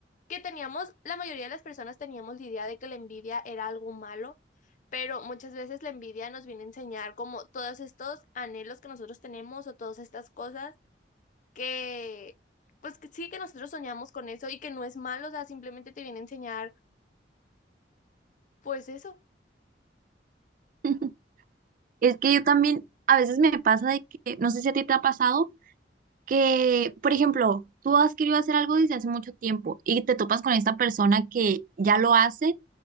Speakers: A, on the left; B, on the right.
A: que teníamos, la mayoría de las personas teníamos la idea de que la envidia era algo malo, pero muchas veces la envidia nos viene a enseñar como todos estos anhelos que nosotros tenemos o todas estas cosas que, pues que sí que nosotros soñamos con eso y que no es malo, o sea, simplemente te viene a enseñar, pues eso.
B: <laughs> Es que yo también, a veces me pasa de que, no sé si a ti te ha pasado, que, por ejemplo, tú has querido hacer algo desde hace mucho tiempo y te topas con esta persona que ya lo hace